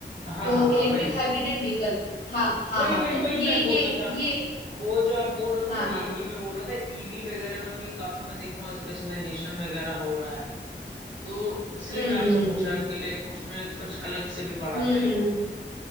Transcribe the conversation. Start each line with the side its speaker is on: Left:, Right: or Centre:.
Right: हाँ
Left: तो
Right: हाँ हाँ
Left: इलेक्ट्रिक
Right: वही
Left: हाइब्रिड एंड व्हीकल हाँ हाँ
Right: वही
Left: हाँ
Right: वही
Left: तुम
Right: वही
Left: ये
Right: मैं बोल
Left: ये
Right: रहा था
Left: ये
Right: वो जो आप बोल रहे थे
Left: हाँ
Right: ना यही
Left: हाँ हाँ
Right: मैं बोल रहा था ईवी वगैरह में भी काफी मैं देख रहा हूँ स्पेशलाइजेशन वगैरह हो रहा है तो इसलिए
Left: हम्म
Right: मैं आपसे
Left: हम्म हम्म
Right: पूछा कि लाइक उसमें कुछ अलग से भी पढ़ाते
Left: हम्म हम्म
Right: हैं
Left: हम्म
Right: क्या
Left: हम्म।